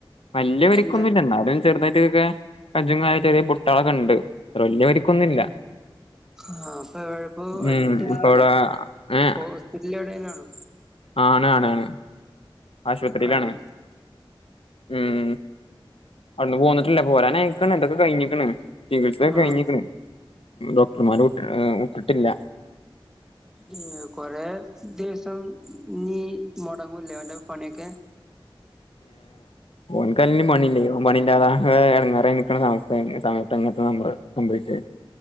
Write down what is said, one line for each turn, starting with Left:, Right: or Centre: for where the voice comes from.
Left: വലിയ പരിക്കൊന്നുല്ല
Centre: എന്താ
Left: ന്നാലും ചെറുതായിട്ട്ക്കൊക്കെ കഞ്ചുംകാലൊക്കായിട്ട് ചെറിയ പൊട്ടുകളൊക്കെണ്ട് വല്യ പരിക്കൊന്നുല്ല
Centre: ആ ഇപ്പെവടെ ഇപ്പൊ
Left: ഉം
Centre: അഡ്മിറ്റ് എന്തെലാണോ
Left: ഇപ്പ ഇവിടെ ഏ
Centre: ഹോസ്പിറ്റല് എവിടെലാണോ
Left: ആണ് ആണ് ആണ് ആശുപത്രിയിലാണ്
Centre: ആ
Left: ഉം അവ്ട്ന് പോന്നിട്ടില്ല പോരാനായ്‌ക്ക്ണ് ഇതൊക്കെ കഴിഞ്ഞിക്ക്ണ് ചികിസയൊക്കെ
Centre: ആ
Left: കഴിഞ്ക്ക്ണ് ഡോക്ടർമാര് വിട്ട് ഉം വിട്ടിട്ടില്ല
Centre: <unintelligible> കൊറേ ദിവസം ഞീ മൊടങ്ങുല്ലെ ഓന്റെ പണിയൊക്കെ.
Left: ഓൻകല്ലേല്ലും പണില്ലേ ഓ പണില്ലാതാ <unintelligible> എടെങ്ങാറായി നിക്കണസമയത്ത് സമയത്തങ്ങനത്തെ <unintelligible> <inaudible>